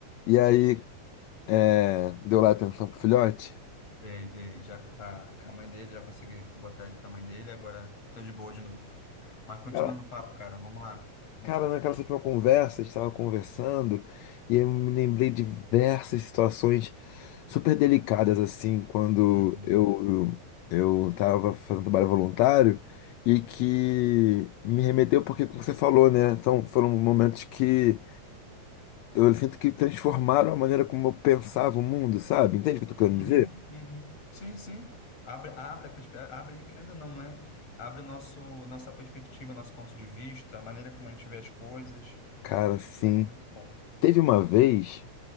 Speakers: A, on the left; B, on the left.
A: E aí, é, deu lá atenção pro filhote?
B: Dei, dei, já tá com a mãe dele, já consegui botar ele pra mãe dele, agora tô de boa de novo. Mas continuando
A: Cara,
B: o papo, cara, vamos lá.
A: cara, naquela última conversa, a gente estava conversando e eu me lembrei de diversas situações super delicadas, assim, quando
B: Uhum.
A: eu, eu, estava fazendo trabalho voluntário e que me remeteu, porque, como você falou, né, são, foram momentos que eu sinto que transformaram a maneira como eu pensava o mundo, sabe? Entende o que eu tô querendo
B: Uhum,
A: dizer?
B: uhum. Sim, sim. Abre, abre, a perspe- abre, querendo ou não, né? Abre o nosso, nossa perspectiva, nosso ponto de vista, a maneira como a gente vê as coisas.
A: Cara, sim.
B: É muito bom.
A: Teve uma vez.